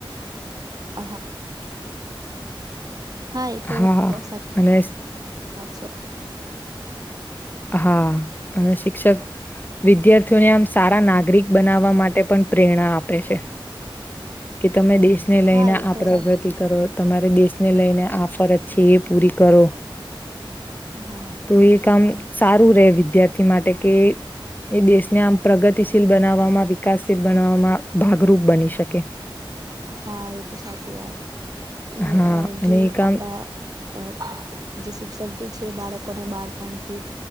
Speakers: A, on the right; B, on the left.
A: હા હા તો
B: હા
A: સાચ
B: અને
A: વાત છે.
B: હા અને શિક્ષક. વિદ્યાર્થીઓને આમ સારા નાગરિક બનાવવા માટે પણ પ્રેરણા આપે છે. કે તમે દેશને લઈને
A: હા એ
B: આ
A: તો
B: પ્રગતિ
A: સાચી
B: કરો. તમારે દેશને લઈને આ ફરજ છે એ પૂરી કરો.
A: હા.
B: તો એ કામ સારું રહે વિદ્યાર્થી માટે કે. એ દેશને આમ પ્રગતિશીલ બનાવવામાં વિકાસશીલ બનાવવામાં ભાગરૂપ બની શકે.
A: હા એ તો સાચી વાત કે
B: હા અને
A: જે
B: એ કામ
A: આપડા.
B: <inaudible>
A: અ જે શિક્ષક જે છે બાળકોને બાળપણથી જ.